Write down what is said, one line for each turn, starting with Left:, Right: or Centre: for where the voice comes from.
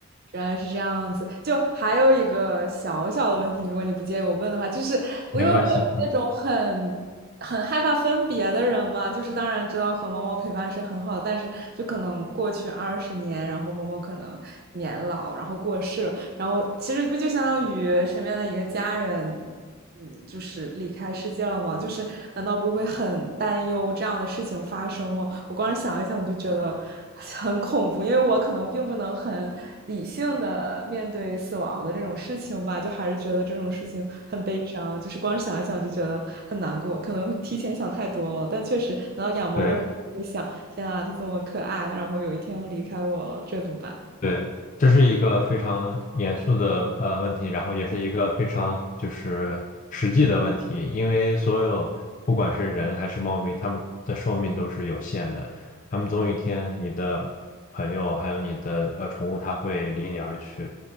Right: 原来是这样子。就还有一个小小的问题，如果你不介意我问的话，就是我因为我是那种很很害怕分别的人嘛，
Left: 没关系，嗯，
Right: 就是当然知道和猫猫陪伴是很好的但是就可能过去二十年，然后猫猫可能年老，然后过世了，然后其实不就相当于身边的一个家人，嗯，就是离开世界了吗？就是难道不会很担忧这样的事情发生吗？我光是想一想就觉得很恐怖，因为我可能并不能很理性的面对死亡的这种事情吧，就还是觉得这种事情很悲伤，就是光是想一想就觉得很难过，可能提前想太多了，但确实，难道养猫的时候会想，
Left: 对
Right: 天啊，它这么可爱，然后有一天要离开我了，这怎么办？
Left: 对，这是一个非常严肃的呃问题，然后也是一个非常就是实际的问题，因为所有不管是人还是猫咪，它们的寿命都是有限的，它们总有一天你的朋友还有你的呃宠物它会离你而去，